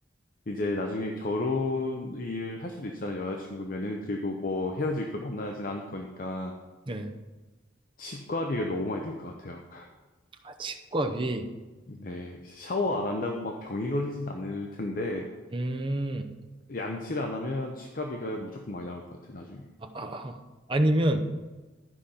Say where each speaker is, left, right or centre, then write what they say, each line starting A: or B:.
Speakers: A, on the left; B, on the right.
A: 이제 나중에 결혼을 할 수도 있잖아요. 여자친구면은. 그리고 뭐 헤어질 거 만나진 않을 거니까.
B: 네.
A: 치과비가 너무 많이 들 것 같아요.
B: 아, 치과비.
A: 네. 샤워 안 한다고 막 병이 걸리진 않을 텐데,
B: 음.
A: 양치를 안 하면 치과비가 무조건 많이 나올 것 같아요. 나중에.
B: 아, 아, 아. 니면